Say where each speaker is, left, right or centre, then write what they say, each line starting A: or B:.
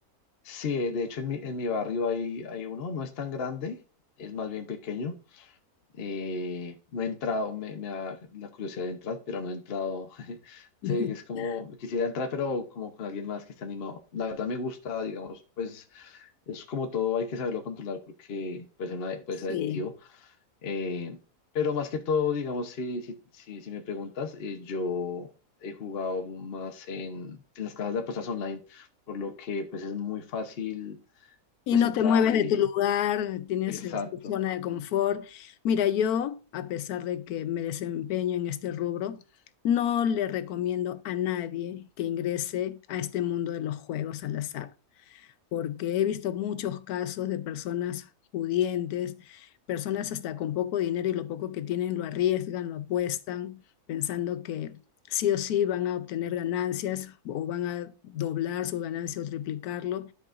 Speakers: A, on the left (about 45°); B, on the left (about 85°).
A: Sí, eh, de hecho en mi, en mi barrio hay, hay uno, no es tan grande, es más bien pequeño. Eh, no he entrado, me, me da la curiosidad de entrar, pero no he entrado. <laughs>
B: <laughs>
A: Sí, es como, quisiera entrar, pero como con alguien más que esté animado. La verdad me gusta, digamos, pues es como todo, hay que saberlo controlar porque puede ser, una- puede
B: Sí.
A: ser adictivo. Eh, pero más que todo, digamos, si, si, si, si me preguntas, eh, yo he jugado más en, en las casas de apuestas online, por lo que pues es muy fácil
B: Y
A: pues
B: no
A: entrar
B: te mueves
A: y...
B: de tu lugar, tienes
A: Exacto.
B: eh, tu zona de confort. Mira, yo, a pesar de que me desempeño en este rubro, no le recomiendo a nadie que ingrese a este mundo de los juegos al azar, porque he visto muchos casos de personas pudientes, personas hasta con poco dinero y lo poco que tienen lo arriesgan, lo apuestan, pensando que sí o sí van a obtener ganancias o van a doblar su ganancia o triplicarlo